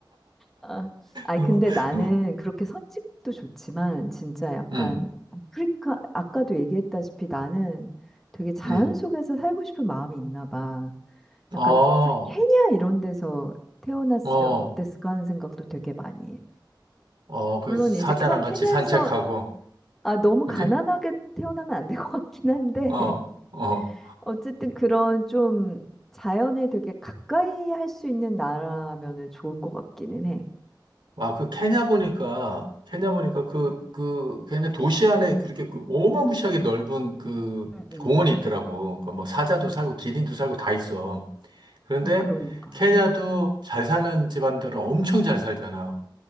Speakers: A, in the centre; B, on the right (about 75°).
A: 아, 아니
B: 어,
A: 근데 나는
B: 막,
A: 그렇게 선진국도 좋지만 진짜 약간
B: 음,
A: 아프리카 아까도 얘기했다시피 나는 되게 자연
B: 음,
A: 속에서 살고 싶은 마음이 있나 봐. 약간
B: 어,
A: 아프리 케냐 이런 데서 태어났으면
B: 어,
A: 어땠을까 하는 생각도 되게 많이 해.
B: 어, 그
A: 물론
B: 사자랑
A: 이제 케-
B: 같이
A: 케냐에서
B: 산책하고,
A: 아 너무
B: 그지?
A: 가난하게 태어나면 안 될 것 같긴 한데
B: 어,
A: <laughs>
B: 어.
A: 어쨌든 그런 좀 자연에 되게 가까이 할 수 있는 나라면은 좋을 것 같기는 해.
B: 아 그 케냐 보니까, 케냐 보니까 그, 그, 걔네 도시 안에 그렇게 그 어마무시하게 넓은 그
A: 음, 음.
B: 공원이 있더라고. 그뭐 사자도 살고, 기린도 살고 다 있어. 그런데
A: 어, 그러니까.
B: 케냐도 잘 사는 집안들은 엄청 잘 살잖아.